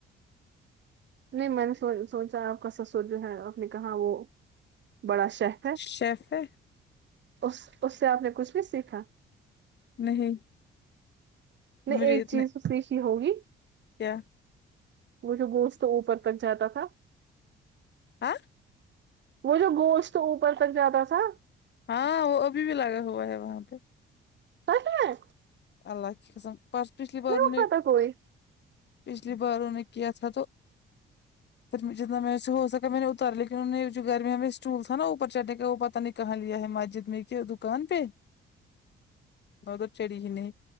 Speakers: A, on the right (about 65°); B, on the left (about 60°).
A: نہیں میں نے سو سوچا آپ کا سسر جو ہے آپ نے کہا وہ بڑا شہ
B: شئف ہے
A: اس اس سے آپ نے کچھ بھی سیکھا
B: نہیں
A: نہیں
B: مجھے
A: ایک
B: اتنے
A: چیز سیکھی ہوگی
B: کیا
A: وه جو گوشت تو اوپر تک جاتا تھا
B: ہاں
A: وہ جو گوشت تو اوپر تک جاتا تھا
B: ہاں وہ ابھی بھی لگا ہوا ہے وہاں پہ
A: پتا ہے
B: اللہ کے کسم پس پچھلی بار
A: اٹھاتا
B: میں
A: کوئی
B: پچھلی بار انہو نے کیا تھا تو پھر جتنا میں اس سے ہو سکا میں نے اتارا کیونکہ نے جو گھرمی میں ہمیں اسٹول تھا نا اوپر چڑھنے کا وہ پتا نہیں کہاں لیا ہے مسجد میں کہ دکان پہ دونوں چڑی ہی نہیں